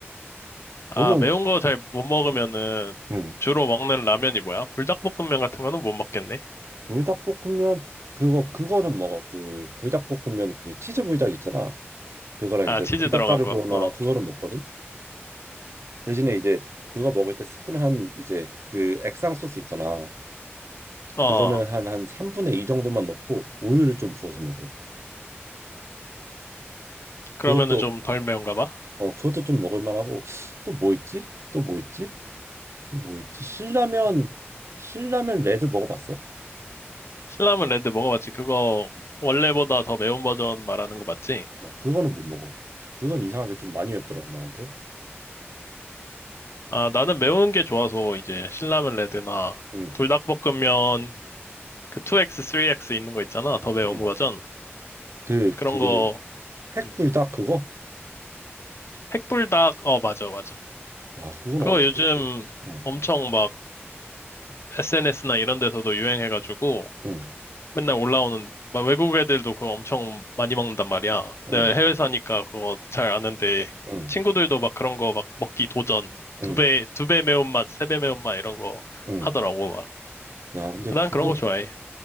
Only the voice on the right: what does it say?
너는
응. 응.
불닭볶음면 그거 그거는 먹어. 그 불닭볶음면 그 치즈 불닭 있잖아. 그거랑
이제
불닭
까르보나라
그거를 먹거든. 대신에 이제 그거 먹을 때 스푼 한 이제 그 액상 소스 있잖아.
그거는 한 한 3분의 2 정도만 넣고 우유를 좀 부어서 먹어.
그것도
어 그것도 좀 먹을 만하고 또 뭐 있지? 또 뭐 있지? 또 뭐 있지? 신라면 신라면 레드 먹어봤어?
음.
어, 그거는 못 먹어. 그건 이상하게 좀 많이 맵더라고 나한테.
응,
응.
그
그
핵불닭
그거?
야, 그건
어떻게
먹어? 응,
응,
응,
응,
응,
응.
야, 근데
그거